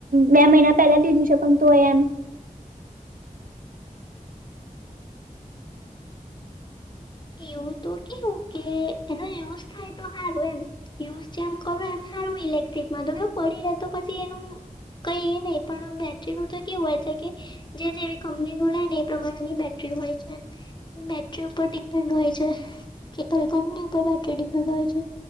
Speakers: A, on the right; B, on the left.
A: બે મહિના પેલા લીધું છે પણ. બે મ <inaudible>
B: એવું તો કેવું કે, એનો વ્યવસ્થાય તો સારું એમ. યુઝ જેમ કરો એમ સારું ઇલેક્ટ્રિકમાં તો કે પડી રહે તો પછી એનું. કઈ એ નહી, પણ બેટરીનુંું તો કેવું હોય છે કે જે જેવી કંપની નું લે ને એ પ્રમાણેની બેટરી. હોય છે. બેટરી ઉપર ડિપેન્ડ હોય છે. કે કંપની ઉપર બેટરી ડિપેન્ડ હોય છે.